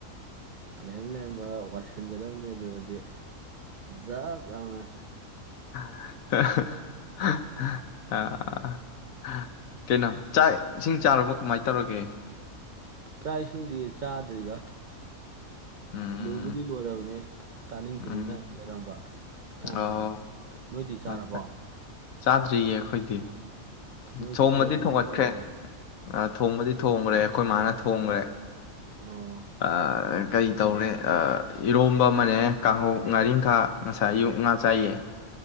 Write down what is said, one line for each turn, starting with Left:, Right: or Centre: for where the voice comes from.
Right: ꯂꯩꯔꯛ ꯂꯩꯔꯝꯕꯥ ꯋꯥꯏꯁꯤꯟꯒꯗꯕꯅꯤ ꯑꯗꯨꯗꯗꯤ ꯖꯄ ꯂꯥꯑꯣꯅꯥ
Left: <inaudible> ꯀꯩꯅꯣ ꯆꯥꯛ ꯏꯁꯤꯡ ꯆꯥꯔꯨꯔꯕ ꯀꯃꯥꯏ ꯇꯧꯔꯒꯦ
Right: ꯆꯥꯛ ꯏꯁꯤꯡꯗꯤ ꯆꯥꯗ꯭ꯔꯤꯗ
Left: ꯎꯝ
Right: ꯂꯣꯏꯕꯨꯗꯤ ꯂꯣꯏꯔꯕꯅꯦ ꯆꯥꯅꯤꯡꯗ꯭ꯔꯤꯅ
Left: ꯎꯝ
Right: ꯂꯩꯔꯝꯕ ꯆꯥꯗ
Left: ꯑꯣ
Right: ꯅꯣꯏꯗꯤ ꯆꯥꯔꯕꯣ
Left: ꯑꯠꯆꯥ ꯆꯥꯗ꯭ꯔꯤꯌꯦ ꯑꯩꯈꯣꯏꯗꯤ
Right: ꯅꯣꯏ
Left: ꯊꯣꯡꯃꯗꯤ
Right: ꯆꯦꯆꯦ ꯍꯣꯏꯅ
Left: ꯊꯣꯡꯒꯠꯈ꯭ꯔꯦ
Right: ꯊꯣꯡꯉꯤꯔꯣ
Left: ꯑ ꯊꯣꯡꯃꯗꯤ ꯊꯣꯡꯈ꯭ꯔꯦ ꯑꯩꯈꯣꯏ ꯃꯥꯅ ꯊꯣꯡꯈ꯭ꯔꯦ
Right: ꯑꯣ
Left: ꯑꯥ ꯀꯩ ꯇꯧꯔꯦ ꯏꯔꯣꯝꯕ ꯑꯃꯅꯦ ꯀꯥꯡꯍꯧ ꯉꯥꯔꯤꯈꯥ ꯉꯁꯥꯏ ꯑꯌꯨꯛ ꯉꯥ ꯆꯥꯏꯌꯦ